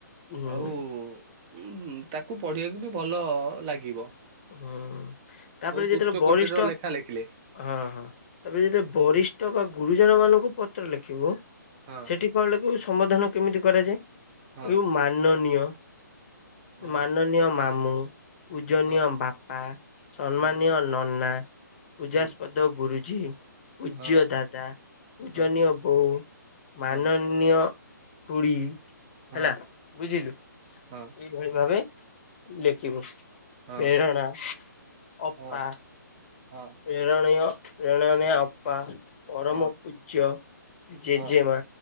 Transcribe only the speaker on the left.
ହୁଁ।
ହୁଁ, ତାପରେ
ଯେତେବେଳେ
ବରିଷ୍ଠ
ହଁ, ହଁ, ତାପରେ ଯେତେଳେ ବରିଷ୍ଠ ବା ଗୁରୁଜନ ମାନଙ୍କୁ ପତ୍ର ଲେଖିବୁ
ସେଠି କଣ ଲେଖିବୁ ସମାଧାନ କେମିତି କରାଯାଏ?
ଲେଖିବୁ ମାନନୀୟ,
ମାନ ମାନନୀୟ ମାମୁଁ ପୂଜନୀୟ
ବାପା ସମ୍ମାନୀୟ
ନନା। ପୂଜାସ୍ପଦ
ଗୁରୁଜୀ। ପୂଜ୍ୟ
ଦାଦା ପୂଜନୀୟ
ବୋଉ ମାନୀୟ
ମାନନୀୟ ଖୁଡି
ହେଲା ବୁଝିଲୁ।
ଏଇଭଳି ଭାବେ ଲେଖିବୁ।
ବେରଣା ଅପା।
ପ୍ରେରଣୀୟ ପ୍ରେରଣ ଅପା ପରମ
ପୂଜ୍ୟ ଜେଜେମା